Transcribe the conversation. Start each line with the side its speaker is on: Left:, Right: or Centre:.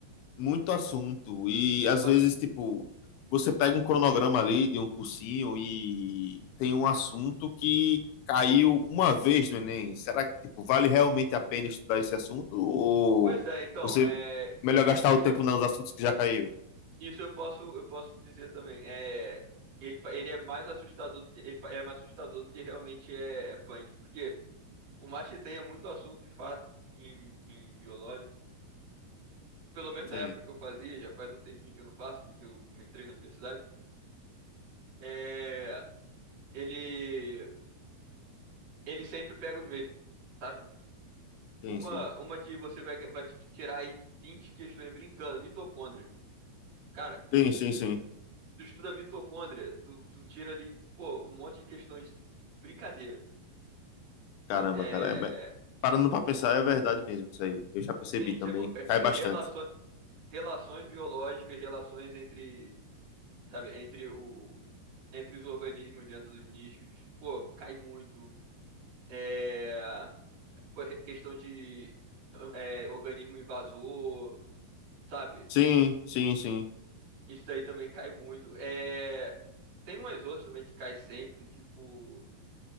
Left: muito assunto. E às
Right: Mas-
Left: vezes, tipo, você pega um cronograma ali de um cursinho e tem um assunto que caiu uma vez no Enem. Será que, tipo, vale realmente a pena estudar esse assunto? Ou
Right: pois é, então,
Left: você
Right: é,
Left: melhor gastar
Right: isso,
Left: o tempo nos assuntos que já caiu?
Right: isso eu posso, eu posso dizer também. É, ele, pa- ele é mais assustador do que, ele, pa- é mais assustador do que realmente é, é punk. Porque, por mais que tenha muito assunto de fato em, em biológico, pelo menos
Left: Sim,
Right: na época que eu fazia, já faz um tempinho que eu não faço, que que eu entrei na universidade, é, ele, ele sempre pega os mesmos, sabe?
Left: sim,
Right: Uma,
Left: sim.
Right: uma que você vai, vai te tirar aí 20 questões brincando, mitocôndria. Cara,
Left: Sim, sim, sim.
Right: tu estuda mitocôndria, tu, tu tira ali, pô, um monte de questões de brincadeira,
Left: Caramba,
Right: sabe? É,
Left: cara. é- é- parando pra pensar, é verdade mesmo isso aí. Eu já percebi
Right: sim,
Left: também
Right: tipo,
Left: que
Right: é,
Left: cai
Right: é,
Left: bastante.
Right: relaço- relações biológicas, relações entre, sabe, entre o, entre os organismos dentro dos nichos, pô, cai muito. É, co- questão de é, organismo invasor, sabe?
Left: Sim, sim, sim.
Right: Isso daí também cai muito. É, tem umas outras também que cai sempre, tipo.